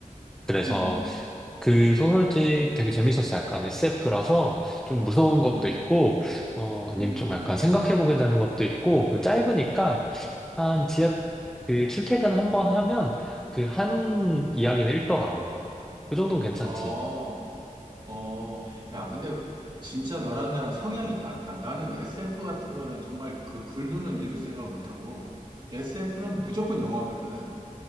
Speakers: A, in the centre; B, on the right (about 35°).
A: 그래서
B: 음,
A: 그 소설집 되게 재밌었어. 약간 SF라서 좀 무서운 것도
B: 음,
A: 있고, 어, 아니면
B: 음,
A: 좀 약간 생각해보게 되는 것도 있고, 그 짧으니까 한 지하, 그 출퇴근 한 번 하면 그 한 이야기는 읽더라고. 그 정도면 괜찮지.
B: 어, 어. 야, 근데 진짜 너랑 나랑 성향이 다르다. 나는 SF 같은 거는 정말 그 글로는 읽을 생각을 못하고, SF는 무조건 영화거든.